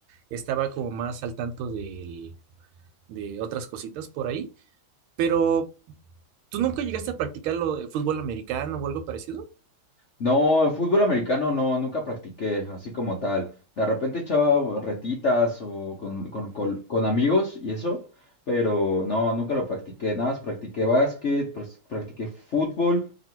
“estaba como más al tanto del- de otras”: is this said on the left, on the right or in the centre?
Right